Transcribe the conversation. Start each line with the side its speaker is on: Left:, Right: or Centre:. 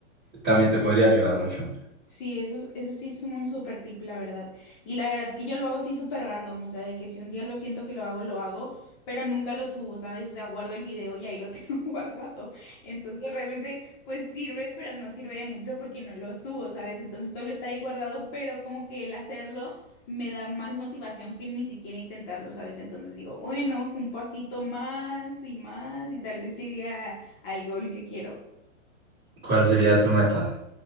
Right: también te podría ayudar mucho.
Left: Sí, eso, es- eso sí es un super tip, la verdad. Y la verdad que yo lo hago así súper random, o sea, de que si un día lo siento que lo hago, lo hago, pero nunca lo subo, ¿sabes? O sea, guardo el video y ahí lo <laughs> tengo guardado. Entonces realmente pues sirve, pero no sirve de mucho porque no lo subo, ¿sabes? Entonces solo está ahí guardado, pero como que el hacerlo me da más motivación que ni siquiera intentarlo, ¿sabes? Entonces digo, bueno, un pasito más y más y tal vez llegue a- al gol que quiero.
Right: ¿Cuál sería tu meta?